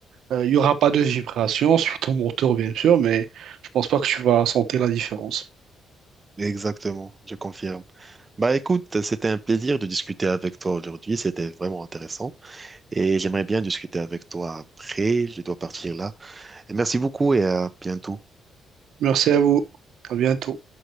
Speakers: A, on the right (about 70°); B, on the right (about 20°).
A: Euh, Il n'y aura pas de vibration <laughs> sur ton moteur, bien sûr, mais je pense pas que tu vas sentir la différence.
B: Exactement, je confirme. Bah écoute, c'était un plaisir de discuter avec toi aujourd'hui, c'était vraiment intéressant et j'aimerais bien discuter avec toi après, je dois partir là. Et merci beaucoup et à bientôt.
A: Merci à vous. À bientôt.